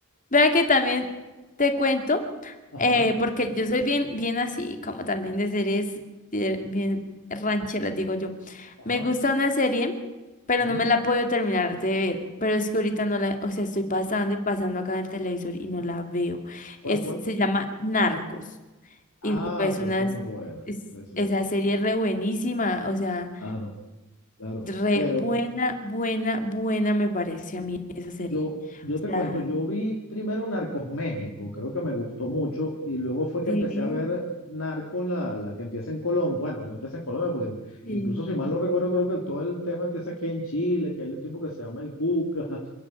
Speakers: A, on the left; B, on the left.
A: Vea que también te cuento,
B: <laughs> ajá,
A: eh, porque yo soy bien, bien así, como también de series eh, bien rancheras, digo yo.
B: ajá,
A: Me gusta una serie, pero
B: ujú.
A: no me la puedo terminar de ver. Pero es que ahorita no la, o sea, estoy pasando y pasando acá en el televisor y no la veo.
B: ¿Cuál,
A: Es,
B: cuál?
A: se llama Narcos.
B: Ah,
A: Y pues
B: sí,
A: unas,
B: esa es muy buena.
A: es-
B: Sí, sí,
A: esa
B: sí.
A: serie es re buenísima, o sea,
B: Claro, claro.
A: re
B: Pero,
A: buena, buena, buena me parece a mí esa serie.
B: Yo, yo te
A: O
B: cuento,
A: sea,
B: yo vi primero Narcos México, creo que me gustó mucho, y luego fue que
A: sí,
B: empecé a ver Narcos, la, la que empieza en Colombia. Bueno, no empieza en Colombia, porque
A: sí.
B: incluso si mal no recuerdo, creo que el- todo el tema empieza aquí en Chile, que hay un tipo que se llama el Cuca, <laughs>